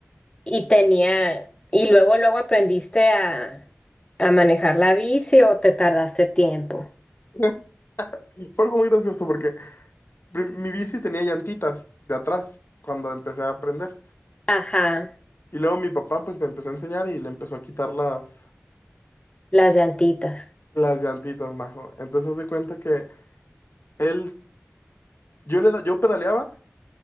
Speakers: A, on the left (about 25°); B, on the left (about 60°).
A: y tenía, y luego, luego aprendiste a, a manejar la bici o te tardaste tiempo.
B: <laughs> Fue algo muy gracioso porque pri- mi bici tenía llantitas de atrás cuando empecé a aprender.
A: Ajá,
B: Y luego mi papá pues me empezó a enseñar y le empezó a quitar las,
A: las llantitas,
B: las llantitas, majo. Entonces haz de cuenta que él, yo le da- yo pedaleaba